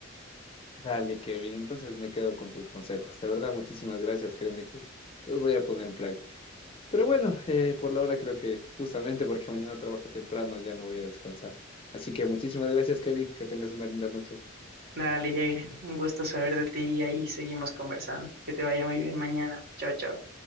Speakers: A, on the left; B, on the right.
A: Dale, Kevin, entonces me quedo con tus consejos. De verdad, muchísimas gracias. Créeme que los voy a poner en práctica. Pero bueno, eh, por la hora creo que justamente porque mañana trabajo temprano ya me voy a descansar. Así que muchísimas gracias, Kevin. Que tengas una linda noche.
B: Dale, Jair, un gusto saber de ti y ahí seguimos conversando. Que te vaya muy bien mañana. Chao, chao.